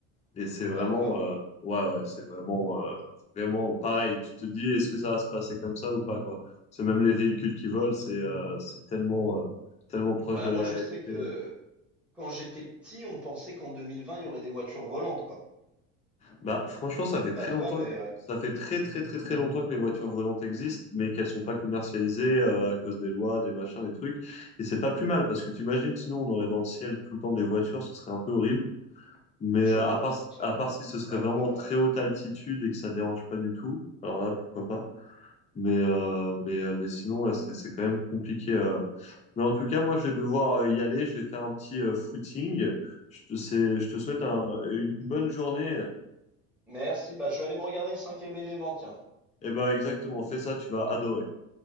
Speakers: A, on the left; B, in the centre.
A: Et c'est vraiment,
B: D'accord.
A: euh, ouais, ouais, c'est vraiment, euh, vraiment pareil. Tu te dis, est-ce que ça va se passer comme ça ou pas, quoi? C'est même les véhicules qui volent, c'est euh, c'est tellement, euh, tellement proche
B: Bah,
A: de
B: moi
A: la
B: je
A: réalité.
B: sais que quand j'étais petit, on pensait qu'en 2020 il y aurait des voitures volantes, quoi.
A: Bah, franchement, ça fait
B: Je sais
A: très
B: pas toi,
A: longtemps
B: mais
A: que,
B: ouais,
A: ça fait très très très très longtemps que les voitures volantes existent, mais qu'elles sont pas commercialisées euh, à cause des lois, des machins, des trucs. Et c'est pas plus mal parce que tu imagines, sinon on aurait dans le ciel tout le temps des voitures, ce serait un peu horrible. Mais
B: je
A: euh,
B: pense,
A: à part,
B: ouais,
A: à part si ce serait
B: ouais,
A: vraiment
B: ouais, ouais.
A: très haute altitude et que ça dérange pas du tout, alors là pourquoi pas. Mais euh, mais euh, mais sinon là c'est c'est quand même compliqué. euh. Mais en tout cas, moi je vais devoir euh, y aller, je vais faire un petit euh, footing. Je te, c'est- je te souhaite un- une une bonne journée.
B: merci, bah, je vais aller me regarder «Le cinquième élément», tiens.
A: Et ben exactement, fais ça, tu vas adorer.